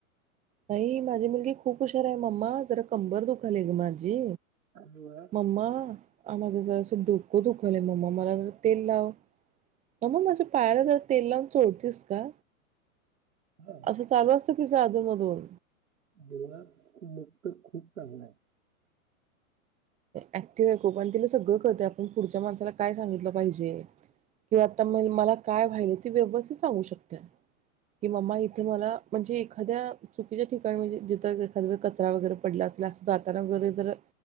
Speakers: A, on the right (about 15°); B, on the right (about 80°).
A: नाहीई माझी मुलगी खूप हुशार आहे मम्मा जरा कंबर दुखालेय ग माझी
B: आणि वा
A: मम्मा आमझ जा डोकं दुखेल मम्मा मला जरा तेल लाव मम्मा माझ्या पायाला जरा तेल लावून चोळतेस का
B: हा
A: असं चालू असत आधून- मधून
B: देवळात मखूट खूप चांगला आहे.
A: ऍक्टिव्ह आहे खूप आणि तिला सगळं कलतय आपण पुढच्या माणसाला काय सांगितलं पाहिज <inaudible> किंवा आता मी मला काय व्हायलं ते व्यवस्थित सांगू शकते. कि मम्मा इथे मला म्हणजे एक एखाद्या चुकीच्या ठिकाणी म्हणजे जिथं एखाद्यावेळेस कचरा वगैरे पडला असल्यास जाताना
B: हा.
A: घरी जर